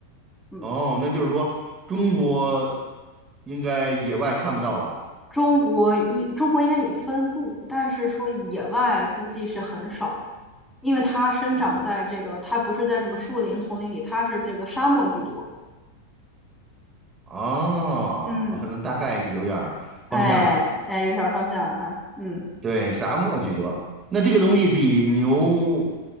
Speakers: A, in the centre; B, on the right (about 20°).
A: 嗯，
B: 哦，那就是说中国应该野外看不到吧？
A: 中国一中国应该有分布，但是说野外估计是很少，因为它生长在这个，
B: 哦，
A: 它不是在什么树林、丛林里，它是这个沙漠居多，
B: 哦，
A: 嗯，
B: <laughs> 啊那大概有点儿方向了。
A: 哎哎，有小方向了哈，嗯，
B: 对，沙漠居多。那这个东西比牛